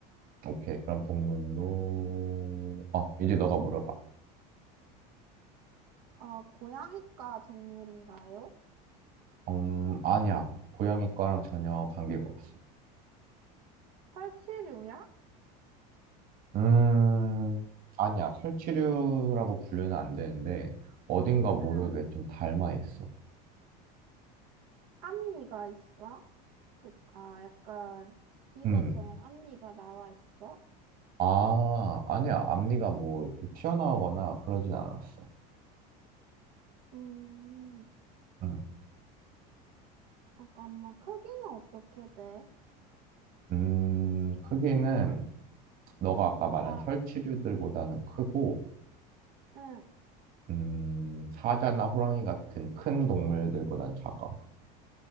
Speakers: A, on the right; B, on the right.
A: 오케이, 그럼 동물로. 어, 이제 너가 물어봐.
B: 어, 고양이과 동물인가요?
A: 음, 아니야. 고양이 과랑 전혀 관계가 없어.
B: 설치류야?
A: 음, 아니야. 설치류라고 분류는 안 되는데, 어딘가 모르게
B: 응.
A: 좀 닮아 있어.
B: 앞니가 있어? 그니까 약간 비버처럼
A: 음.
B: 앞니가 나와 있어?
A: 아, 아니야. 앞니가 뭐 이렇게 튀어나오거나 그러진 않았어.
B: 음,
A: 음.
B: 잠깐만. 크기는 어떻게 돼?
A: 음, 크기는 너가 아까 말한
B: 아,
A: 설치류들보다는 크고,
B: 응.
A: 음, 사자나 호랑이 같은 큰 동물들보단 작아.